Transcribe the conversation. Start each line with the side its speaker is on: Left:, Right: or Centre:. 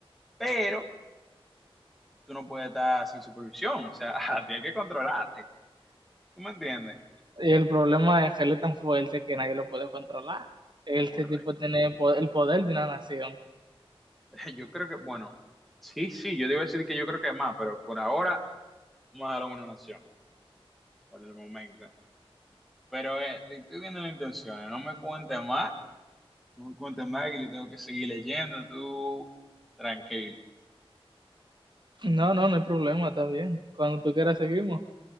Centre: pero tú no puedes estar sin supervisión, o sea, <laughs> tienes que controlarte, ¿tú me entiendes?
Right: Y el problema es que él es tan fuerte que nadie lo puede controlar. Este
Centre: Correcto.
Right: tipo tiene el po- el poder de una nación.
Centre: <laughs> Yo creo que, bueno, sí, sí, yo te iba a decir que yo creo que es más, pero por ahora vamos a dar una nación, por el momento. Pero eh, te- estoy viendo las intenciones, no me cuentes más, no me cuentes más que yo tengo que seguir leyendo, tú tranquilo,
Right: No, no, no hay problema, está bien. Cuando tú quieras seguimos.